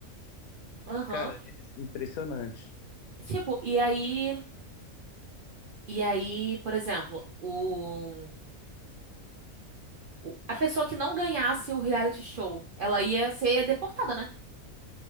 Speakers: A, on the right; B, on the left.
A: Aham.
B: Cara, é impressionante.
A: Tipo, e aí. E aí, por exemplo, o. o- a pessoa que não ganhasse o reality show, ela ia ser deportada, né?